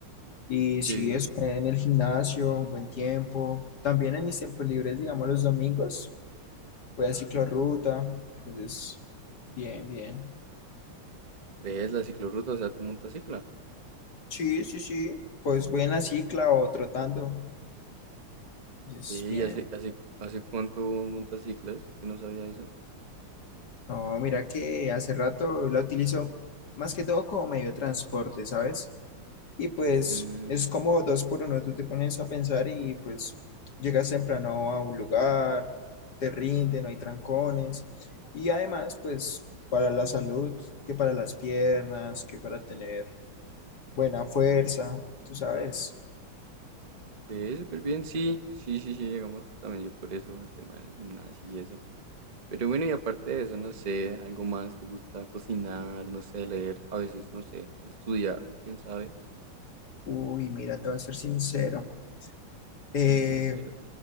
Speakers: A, on the left; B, on the right.
A: Y sí,
B: Sí.
A: es en el gimnasio, un buen tiempo. También en mis tiempos libres, digamos los domingos, voy a ciclorruta. Entonces, bien, bien.
B: ¿Ves la ciclorruta? O sea, tú montas cicla.
A: Sí, sí, sí. Pues voy en la cicla o trotando. Es
B: Ve,
A: bien.
B: ¿y hace, hace, hace cuánto montas ciclas? Yo no sabía eso.
A: No, mira que hace rato la utilizo más que todo como medio de transporte, ¿sabes? Y pues
B: Mm,
A: es como dos por uno. Tú te pones a pensar y pues llegas temprano a un lugar, te rinde, no hay trancones. Y además, pues para la salud, que para las piernas, que para tener buena fuerza, tú sabes.
B: ve, súper bien. Sí, sí, sí, sí. Llegamos también yo por eso, al tema del gimnasio y eso. Pero bueno, y aparte de eso, no sé, algo más. ¿Te gusta cocinar? No sé, leer. A veces, no sé, estudiar. ¿Quién sabe?
A: Uy, mira, te voy a ser sincero. Eh,
B: Séme sincero.